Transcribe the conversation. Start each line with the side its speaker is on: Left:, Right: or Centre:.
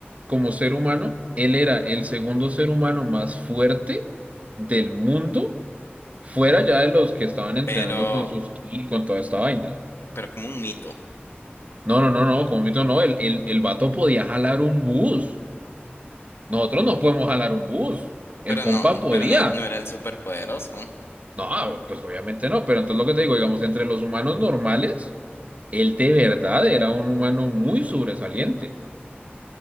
Right: como ser humano, él era el segundo ser humano más fuerte del mundo, fuera ya de los que estaban entrenando
Left: Pero,
Right: con sus ki, con toda esta vaina.
Left: pero como un mito.
Right: No, no, no, no, como mito no, el, el, el vato podía jalar un bus. Nosotros no podemos jalar un bus. El
Left: Pero
Right: compa
Left: no,
Right: podía.
Left: pero no, no era el superpoderoso.
Right: No, pues obviamente no, pero entonces lo que te digo, digamos, entre los humanos normales, él de verdad era un humano muy sobresaliente.